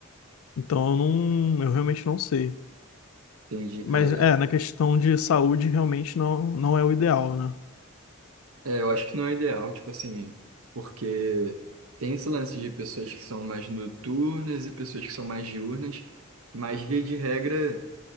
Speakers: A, on the left (about 75°); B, on the right (about 85°).
A: Então eu não, eu realmente não sei.
B: Entendi, cara.
A: Mas é, na questão de saúde realmente não, não é o ideal, né?
B: É, eu acho que não é ideal, tipo assim, porque tem esse lance de pessoas que são mais noturnas e pessoas que são mais diurnas, mas via de regra,